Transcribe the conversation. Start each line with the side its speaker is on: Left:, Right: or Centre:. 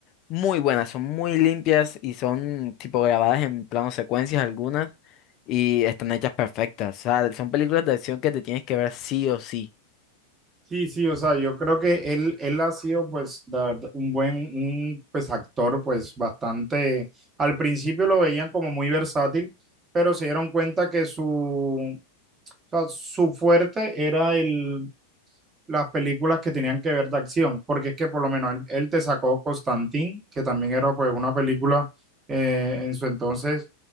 Left: muy buenas, son muy limpias y son tipo grabadas en plano secuencias algunas y están hechas perfectas. O sea, son películas de acción que te tienes que ver sí o sí.
Right: Sí, sí, o sea, yo creo que él, él ha sido, pues, la verdad, un buen, un, pues, actor, pues, bastante, al principio lo veían como muy versátil, pero se dieron cuenta que su, o sea, su fuerte era el, las películas que tenían que ver de acción, porque es que por lo menos él, él te sacó Constantine, que también era pues una película eh, en su entonces